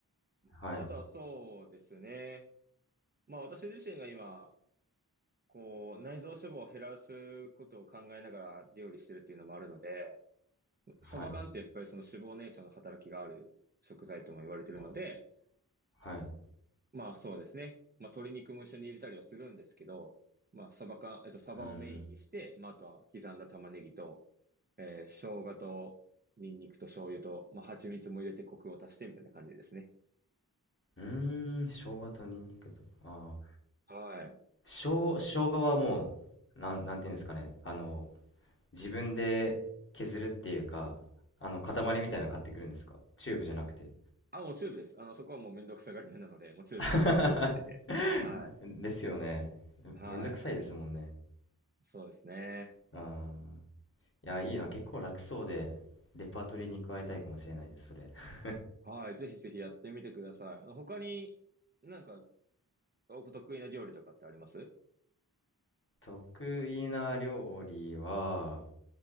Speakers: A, on the right; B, on the left.
A: まあ、
B: はい
A: あとはそうですね。まあ、私自身が今、こう、内臓脂肪を減らすことを考えながら料理してるっていうのもあるので、
B: はい
A: サバ缶ってやっぱりその脂肪燃焼の働きがある食材とも言われてるので、
B: あはいう
A: まあそうですね。まあ鶏肉も一緒に入れたりはするんですけど、まあサバ缶、えっとサバをメインにして、
B: ーん
A: まああとは刻んだ玉ねぎと、えー、生姜とニンニクと醤油と、まあ蜂蜜も入れてコクを足してみたいな感じですね。
B: うーん生姜とニンニクとああ
A: はい。
B: ー生生姜はもうなんなんていうんですかねあの自分で削るっていうかあの塊みたいなの買ってくるんですかチューブじゃなくて
A: あ、もうチューブです。あの、そこはもうめんどくさがり屋なので、もうチューブでギュッて入れて。
B: <laughs>
A: はい。
B: ですよねめめんどくさいですもんね
A: はい。そうですね。
B: ああいや、いいな。結構楽そうで、レパートリーに加えたいかもしれないです、それ。<laughs>
A: はい。ぜひぜひやってみてください。あの、他になんかお得意な料理とかってあります
B: 得意な料理は、